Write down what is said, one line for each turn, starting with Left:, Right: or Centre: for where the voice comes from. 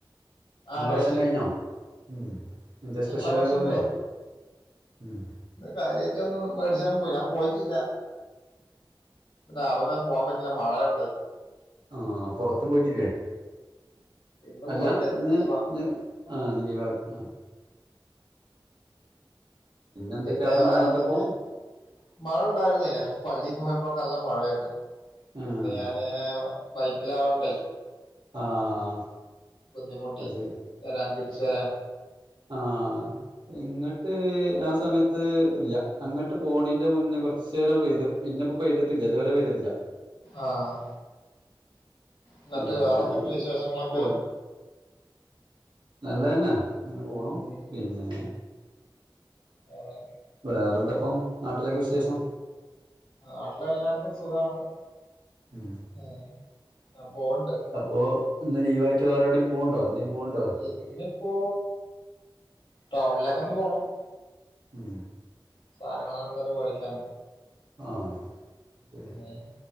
Right: നിങ്ങളെ
Left: ആ കഴിച്ചേ
Right: ഭക്ഷണം കഴിഞ്ഞോ മ്മ് എന്തെ
Left: ഞങ്ങളെ
Right: സ്പെഷ്യൽ
Left: ഭക്ഷണം
Right: വല്ലോം ഉണ്ടോ മ്മ്
Left: കാര്യമായിട്ട് ഒന്നും പഠിച്ചാൻ പോയില്ല ഞാൻ പോയിട്ടില്ല രാവിലെ പോകാൻ പറ്റീല്ല മഴയുണ്ട്
Right: ആഹ് പുറത്തും പോയിട്ടില്ലേ
Left: ഇന്ന്
Right: അല്ല
Left: പോയില്ല
Right: ഇന്ന്
Left: ലീവാ
Right: ഇന്ന് ആഹ് ഇന്ന് ലീവാക്കി ആഹ് എന്തൊക്കെയാ
Left: പിന്നെ
Right: അവിടെ
Left: വേറെ
Right: മഴ ഇണ്ടപ്പോ
Left: എന്തൊക്കെയാ മഴ ഉണ്ടായിരുന്നെന പള്ളിയിൽ പോയപ്പോ ഒക്കെ നല്ല മഴ ആയിരുന്നു
Right: ആഹ്
Left: പിന്നെ ഞാന് ബൈക്കില് ആയോണ്ടേ
Right: ആഹ്
Left: ബുദ്ധിമുട്ടി
Right: അത് ശരിയാ
Left: വരാൻ തിരിച്ച് വരാൻ
Right: ആഹ് ഇങ്ങട്ട് ആ സമയത്ത് ഇല്ല അങ്ങോട്ട് പോണീന്റെ മുന്നേ കൊർച്ചേരം പെയ്തു പിന്നെപ്പൊ പെയ്തിട്ടില്ല ഇതുവരെ പെയ്തിട്ടില്ല
Left: ആഹ് എന്നിട്ട്
Right: പിന്നെ
Left: വേറെ എന്തൊക്കെ വിശേഷങ്ങളൊക്കെ
Right: എപൊ നല്ലതന്നെ ങ്ങനെ പോണു
Left: ഉം
Right: പിന്നെ
Left: ഏഹ്
Right: വേറെന്തപ്പം നാട്ടിലൊക്കെ വിശേഷം
Left: നാട്ടിലെല്ലാർക്കും സുഖാണ്
Right: ഉം
Left: ഏഹ് ആഹ് പോണ്ട്
Right: അപ്പൊ ഇന്ന് ലീവായിട്ട് വേറെ എവിടെയും പോവുണ്ടോ എന്തേം പോവുണ്ടോ
Left: ഇന്നിപ്പോ ടൗണിലേക്കൊന്ന് പോണം
Right: ഉം
Left: സാധനങ്ങളെന്തേലും വേടിക്കാൻ
Right: ആഹ് ശര്യ,
Left: ഏഹ്